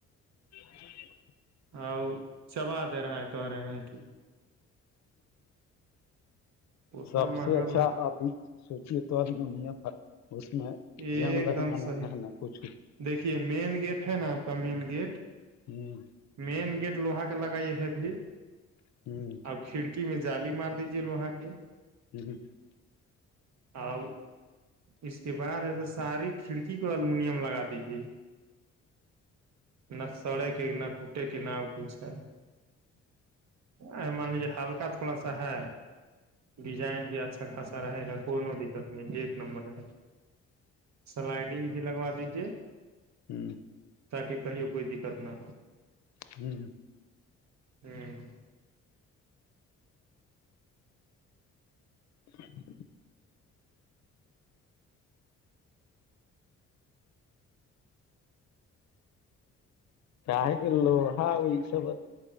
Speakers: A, on the left; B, on the right.
A: جی ج <unintelligible>
B: اور چبا دے رہا ہے کہہ رہے ہیں کہ اتنا
A: سب
B: مہنگا
A: سے اچھا
B: لا
A: ابھی سوچے تود م اس میں
B: ایک
A: جان لگنا
B: دم
A: نہیں
B: صحیح
A: ہےگنا کچھ
B: دیکھیے مین گیٹ ہے نا آپ کا مین گیٹ
A: ہوں <unintelligible>
B: مین گیٹ لوہا کے لگائی ہے ا بھیھی
A: ہوں <unintelligible>
B: کھڑکی میں جالی مار دیجیے لوہا کے
A: جی ج ج <inaudible>
B: آ <unintelligible> اس کے بعد ایسا ساری کھڑکی کو الومنیم لگا دیجیے نہ سڑے کے نہ <unintelligible> ٹوٹے کے نام کچھ ہے ا مان لیجیے ہلکا تھوڑا سا ہے ڈیزائن بھی اچھا خاصا رہے گا کو دقت نہیں ایک نمبر رہے گا سلائڈنگ بھی لگوا دیجے
A: ہوں <inaudible>
B: تاکہ کہیوں کوئی دقت نہ ہو
A: ہوں
B: ہوں
A: <inaudible> کیا ہے گ لو ہا وہئی سبت